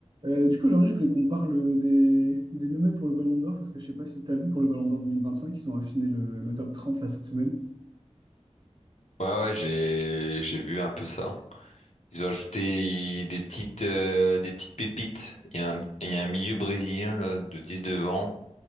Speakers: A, on the right (about 40°); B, on the left (about 70°).
A: Euh, du coup, aujourd'hui, je voulais qu'on parle des, des nommés pour le Ballon d'Or, parce que je sais pas si tu as vu pour le Ballon d'Or 2025 ils ont affiné le, le top trente là cette semaine.
B: Ouais, ouais, j'ai j'ai vu un peu ça. Ils ont ajouté des petites euh, des petites pépites. Il y a un, il y a un milieu brésilien là, de 19 ans.